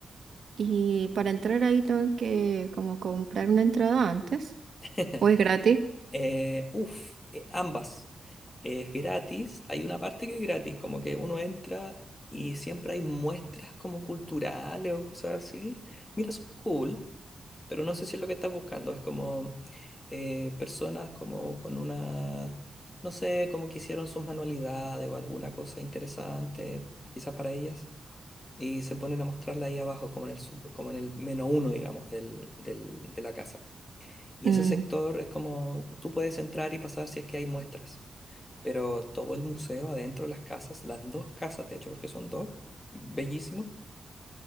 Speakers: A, on the right; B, on the left.
A: Y para entrar ahí tengo que como comprar una entrada antes.
B: <laughs>
A: ¿O es gratis?
B: Eh, uf, eh, ambas. Es gratis, hay una parte que es gratis, como que uno entra y siempre hay muestras como culturales o cosas así. Mira, son cool, pero no sé si es lo que estás buscando. Es como eh, personas como con una, no sé, como que hicieron sus manualidades o alguna cosa interesante, quizás para ellas, y se ponen a mostrarla ahí abajo, como en el, sub- como en el menos uno, digamos, del, del- de la casa. Y
A: Mm,
B: ese sector es como, tú puedes entrar y pasar si es que hay muestras pero todo el museo adentro, las casas, las dos casas, de hecho, porque son dos, bellísimo,